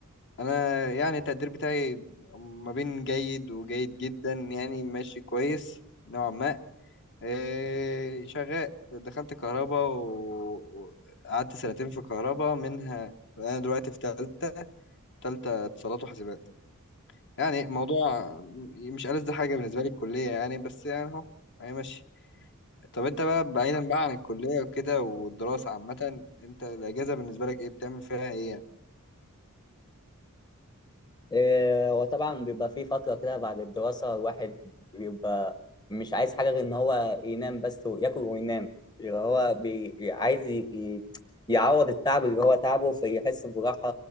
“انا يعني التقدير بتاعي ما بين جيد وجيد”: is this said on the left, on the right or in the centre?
Left